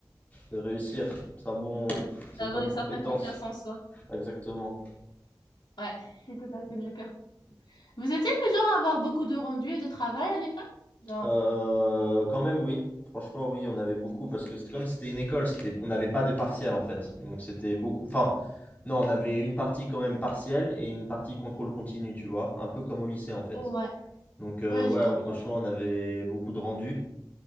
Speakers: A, on the left; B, on the left.
A: de réussir. C'est un bon, c'est
B: d'avoir
A: une bonne
B: une
A: compétence.
B: certaine confiance en soi.
A: Exactement.
B: Ouais, je suis tout à fait d'accord. Vous étiez du genre à avoir beaucoup de rendus et de travail à l'école? Genre,
A: Euh, quand même, oui. Franchement, oui, on avait beaucoup parce que c'était comme si c'était une école, c'était, on n'avait pas de partiel en fait. Donc c'était beaucoup. Enfin, non, on avait une partie quand même partielle et une partie contrôle continu, tu vois, un peu comme au lycée en fait.
B: oh ouais,
A: Donc euh,
B: ouais,
A: ouais,
B: je comprends.
A: on- franchement, on avait beaucoup de rendus.